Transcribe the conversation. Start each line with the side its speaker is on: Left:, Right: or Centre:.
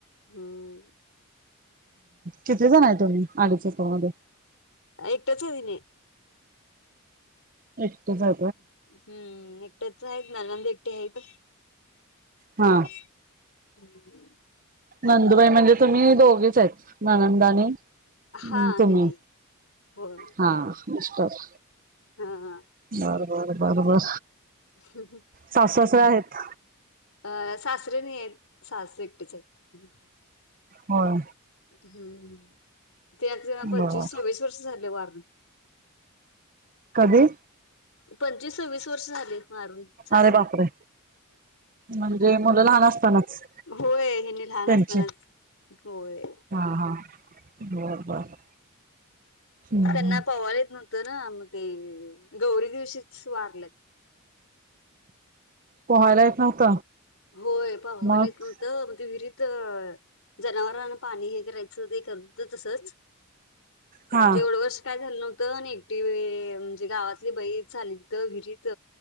Left: हम्म.
Right: किती जण हाय तुम्ही? अडीच एकरमध्ये
Left: एकटेच हेनी.
Right: एट जाका
Left: हम्म एकटच आहेत ननंद एकटी हायते
Right: हा.
Left: <inaudible>
Right: नंदुबाई म्हणजे तुम्ही दोघेच आहेत ननंदा आणि हम्
Left: हा
Right: तुम्ही
Left: हे नाही होय
Right: हा नुसताच.
Left: हा हा.
Right: बर बर बर बर.
Left: हम् हम.
Right: सासू, सासरे आहेत?
Left: अ सासरे नाहीयेत सासू एकटेच आहेत.
Right: होय.
Left: हम्म ते अ पंचवीस
Right: बर
Left: सव्वीस वर्ष झाले वारून.
Right: कधी?
Left: पंचवीस सव्वीस वर्ष झाली वारून सासरीे.
Right: अरे बापरे म्हणजे मुलं लहान असतानाच?
Left: होय हेनी लहान
Right: त्यांची
Left: असतानाच होय.
Right: हा हा बर बर हम्म
Left: त्यांना पवायला येत न व्हतं तर ना मग ते गौरी दिवशीच वारलेत.
Right: पोहायला येत नव्हतं?
Left: होय पहवायला
Right: मग
Left: नव्हतं मग ते विहिरीत जनावरांना पाणी हे करायचं ते करत तसंच
Right: हा
Left: जेवढं वर्ष काय झालं नव्हतं, नी एकटी बाई म्हणजे गावातली बाई चालली तर विहिरीत